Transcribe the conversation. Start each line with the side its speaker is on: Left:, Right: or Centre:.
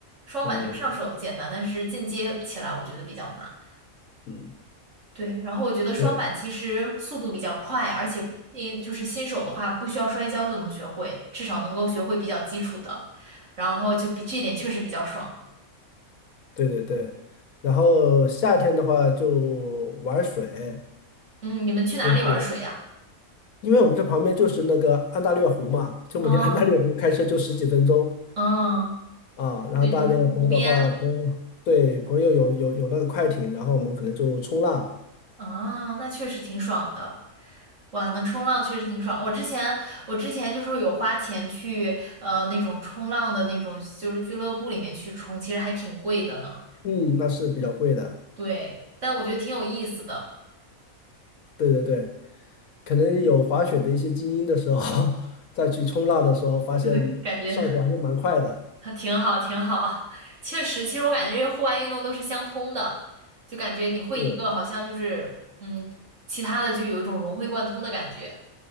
Right: 双板就是上手简单，
Left: 啊，
Right: 但是进阶起来我觉得比较难。
Left: 嗯，
Right: 对，然后我觉得双板其实速度比较快，
Left: 对
Right: 而且因就是新手的话，不需要摔跤就能学会，至少能够学会比较基础的，然后就比这一点确实比较爽。
Left: 对对对，然后夏天的话就玩水，
Right: 嗯，你们去哪里玩水呀？
Left: 就是因为我们这旁边就是那个安大略湖嘛，就我们离安大略湖开车就十几分钟
Right: 嗯嗯，
Left: 啊。然后大略湖的话，
Right: 对，就是去湖边
Left: 朋友对朋友有有有那个快艇，然后我们可能就冲浪，
Right: 啊，那确实挺爽的。哇，能冲浪确实挺爽。我之前我之前就是有花钱去呃那种冲浪的那种就是俱乐部里面去冲，其实还挺贵的呢。
Left: 嗯，那是比较贵的。
Right: 对，但我觉得挺有意思的。
Left: 对对对，可能有滑雪的一些精英的时候，
Right: 嗯。
Left: <laughs> 再去冲浪的时候，发现上手还是蛮快的。
Right: 就会感觉啊挺好，挺好。确实，其实我感觉这些户外运动都是相通的，就感觉你会一个，
Left: 是，
Right: 好像就是嗯，其他的就有一种融会贯通的感觉。